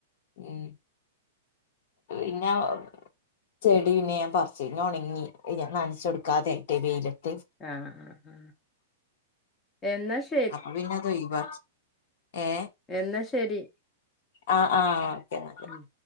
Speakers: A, on the left; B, on the left.
A: ഉം ഇന്നട്ട് പിന്നെ ചെടി പിന്നെ ഞാൻ പർച്ച് പിന്നെ ഒണങ്ങി ഞാൻ ന്നൻച്ചൊട്ക്കാതെ ആയിട്ടേയ് വെയിലത്ത്
B: ആ ആ ആ എന്നാ ശരി
A: അപ്പ പിന്നെ അത് ഒഴിവാക്കി ഏ
B: എന്നാ ശരി
A: ആ ആ ഓക്കെ ന്ന
B: ഉം